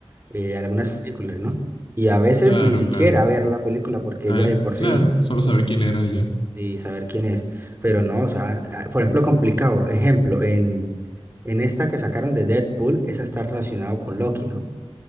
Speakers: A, on the right; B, on the left.
A: eh, algunas películas, ¿no? Y a veces
B: Claro,
A: ni siquiera
B: claro.
A: ver la película, porque
B: Ah,
A: ya
B: es,
A: de por sí.
B: claro, solo saber quién era y ya.
A: y saber quién es. Pero no, o sea, ah, por ejemplo, complicado. Ejemplo, en, en esta que sacaron de Deadpool, esa está relacionada con Loki, ¿no?